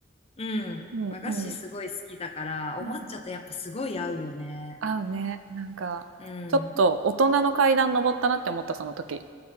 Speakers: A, on the left; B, on the right.
A: うん。
B: うんうん。
A: 和菓子すごい好きだから、
B: うん。
A: お抹茶とやっぱすごい合うよね。
B: 合うね。なんか、
A: うん。
B: ちょっと大人の階段登ったなって思った、その時。